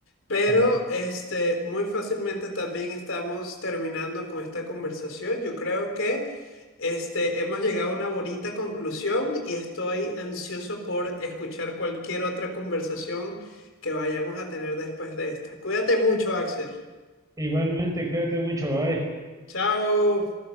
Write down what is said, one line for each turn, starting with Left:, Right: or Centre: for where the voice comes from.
Left: pero
Right: Ajá.
Left: este, muy fácilmente también estamos terminando con esta conversación. Yo creo que este, hemos llegado a una bonita conclusión y estoy ansioso por escuchar cualquier otra conversación que vayamos a tener después de esta. Cuídate mucho, Axel.
Right: Igualmente, cuídate mucho, bye.
Left: Chao.